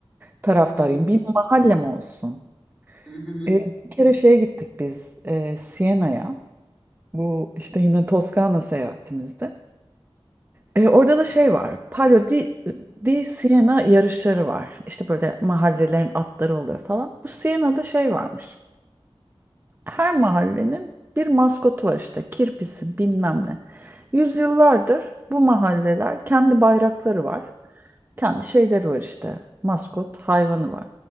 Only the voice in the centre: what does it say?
Hı hı,
hı hı.